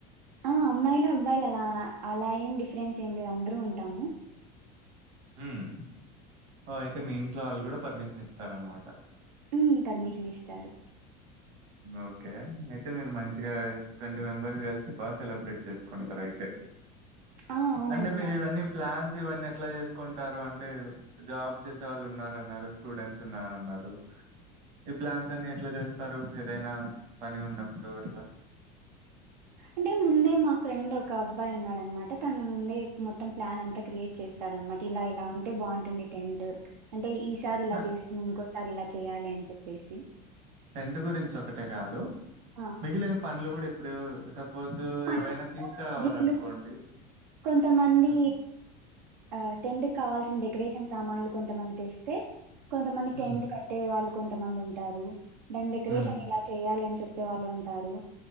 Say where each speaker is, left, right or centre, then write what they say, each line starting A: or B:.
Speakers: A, on the right; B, on the right.
A: ఆ అమ్మాయిలు అబ్బాయిలు అలా అలా ఏం డిఫరెన్స్ ఏం లేదు అందరూ ఉంటాము
B: హమ్ ఓ అయితే మీ ఇంట్లో వాళ్ళు కూడా పర్మిషన్ ఇస్తార అనమాట
A: హామ్ పర్మిషన్ ఇస్తారు
B: ఓకే అయితే మీరు మంచిగా ట్వంటీ మెంబెర్స్ కలిసి బాగా సెలబ్రేట్ చేసుకుంటారు అయితే
A: ఆ అవునండి
B: అంటే మీరు
A: మా
B: ఇవన్నీ ప్లాన్స్ ఇవన్నీ ఎట్లా చేసుకుంటారు అం అ జాబ్ చేసే వాళ్ళు ఉన్నన్నారు స్టూడెంట్స్ ఉన్నన్నారు ఈ ప్లాన్స్ అన్ని ఎట్లా చేసు వస్తారు ఏదైనా పని ఉన్నప్పుడు అట్లా
A: అంటే ముందే మా ఫ్రెండ్ ఒక అబ్బాయి ఉన్నాడనమాట తన ముందేడు మొత్తం ప్లాన్ అంతా క్రియేట్ చేస్తాడనమాట ఇలా ఇలా ఉంటే బాగుంటుండంది టెంట్ అని అంటే ఈసారి
B: అహా!
A: చేస్తున్నాం ఇంకోసారి ఇలా చేద్దాం చేయాలి అని చెప్పేసి
B: టెంట్ గురించి ఒకటే కాదు
A: ఆ
B: మిగిలిన పండ్లు కూడా ఇప్పు ఇప్పుడు సపోజ
A: పని-
B: ఏవైనా తీసుకురావాలనుకోండి
A: వీళ్ళు కొంతమంది
B: హ్మ్.
A: ఆ టెంట్ కావాల్సిన డెకరేషన్ సామాన్లు కొంతమంది తెస్తే కొంతమంది
B: హ్మ్.
A: టెంట్ కట్టేవాళ్ళు కొంతమంది ఉంటారు దాని డెకరేషన్
B: హ్మ్.
A: ఇలా చేయాలిని చెప్ప చేసే వాళ్ళు ఉంటారు